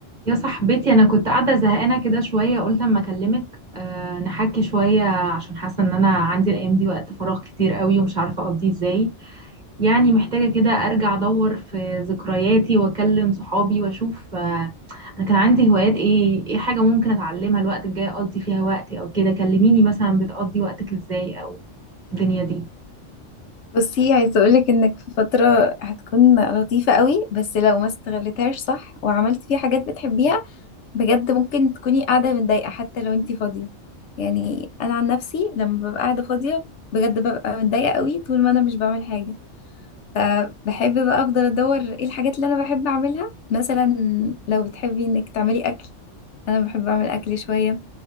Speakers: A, on the right; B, on the left.
A: يا صاحبتي انا كنت قاعده زهقانه كده شويه قلت اما اكلمك أه نحكي شويه عشان حاسه ان انا عندي الايام دي وقت فراغ كتير قوي ومش عارفه اقضيه ازاي يعني محتاجه كده ارجع ادور في ذكرياتي واكلم صحابي واشوف أه انا كان عندي هوايات ايه ايه حاجه ممكن اتعلمها الوقت الجاي اقضي فيها وقتي او كده كلميني مثلا بتقضي وقتك ازاي او الدنيا دي
B: بصي عايزة اقولك انك في فترة هتكون لطيفة قوي بس لو ما استغلتهاش صح وعملت فيها حاجات بتحبيها بجد ممكن تكوني قاعدة متضايقة حتى لو انتي فاضية يعني انا عن نفسي لما ببقى قاعدة فاضية بجد ببقى متضايقة قوي طول ما انا مش بعمل حاجة فبحب بقى افضل ادور ايه الحاجات اللي انا بحب اعملها مثلا لو بتحبي انك تعملي اكل انا بحب اعمل اكل شوية